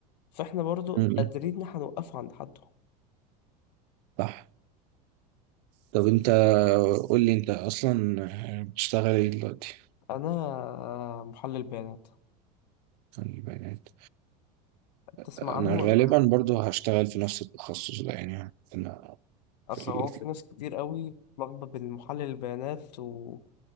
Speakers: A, on the left; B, on the right.
A: فاحنا برضو
B: م-
A: قادرين
B: م.
A: ان احنا نوقفه عند حده
B: صح طب أنت قول لي أنت أصلا بتشتغل إيه دلوقتي؟
A: انا محلل بيانات
B: يعني بنات
A: تسمع
B: انا
A: عنه
B: غالبا
A: ولا
B: برضو هشتغل في نفس التخصص ده يعني انا
A: اصل
B: في ال...
A: هو في ناس كتير قوي لخبط بين محلل البيانات و